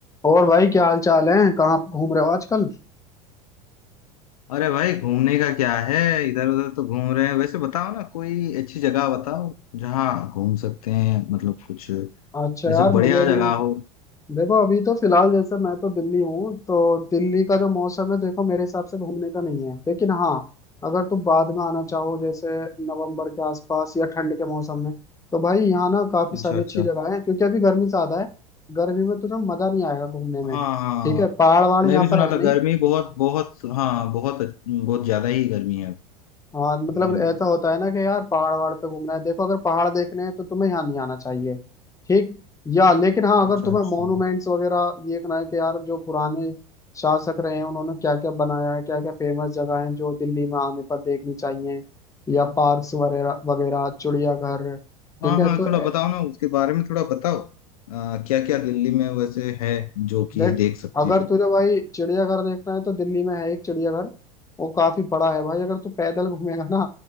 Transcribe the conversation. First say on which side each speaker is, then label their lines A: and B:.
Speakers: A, on the left; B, on the left.
A: और भाई क्या हाल चाल है कहाँ घूम रहे हो आजकल
B: अरे भाई घूमने का क्या है इधर उधर तो घूम रहे हैं वैसे बताओ ना कोई अच्छी जगह बताओ जहाँ घूम सकते हैं मतलब कुछ
A: अच्छा
B: ऐसे
A: यार
B: बढ़िया
A: मुझे
B: जगह
A: भी
B: हो
A: देखो अभी तो फिलहाल जैसे मैं तो दिल्ली हूँ तो दिल्ली का जो मौसम है देखो मेरे हिसाब से घूमने का नहीं है लेकिन हाँ अगर तुम बाद में आना चाहो जैसे नवंबर के आसपास या ठंड के मौसम में तो भाई यहाँ ना काफी
B: अच्छा
A: सारी
B: अच्छा
A: अच्छी जगह है क्योंकि अभी गर्मी ज्यादा है गर्मी में तुझे मजा नहीं आएगा घूमने में
B: हाँ हाँ
A: ठीक
B: हाँ।
A: है पहाड़ वहाड़ यहाँ
B: मैं भी सुना
A: पर है
B: था
A: नहीं
B: गर्मी बहुत बहुत हाँ बहुत बहुत ज्यादा ही गर्मी है
A: हाँ मतलब
B: दिल्ली
A: ऐसा
B: में
A: होता है ना कि यार पहाड़ वहाड़ पे घूमना है देखो अगर पहाड़ देखने हैं तो तुम्हें यहाँ नहीं आना चाहिए ठीक या लेकिन हाँ अगर
B: अच्छा
A: तुम्हें
B: अच्छा
A: मॉन्यूमेंट्स वगैरह देखना है कि यार जो पुराने शासक रहे हैं उन्होंने क्या क्या बनाया है क्या क्या फेमस जगह हैं जो दिल्ली में आने पर देखनी चाहिए या पार्क्स वगैरह वगैरह चिड़ियाघर ठीक
B: हाँ
A: है
B: हाँ
A: तो
B: थोड़ा बताओ ना उसके बारे में थोड़ा बताओ क्या क्या दिल्ली में वैसे है जो कि
A: देख
B: देख सकते
A: अगर
B: हैं
A: तुझे भाई चिड़ियाघर देखना है तो दिल्ली में है एक चिड़ियाघर वो काफी बड़ा है भाई अगर तू पैदल घूमेगा ना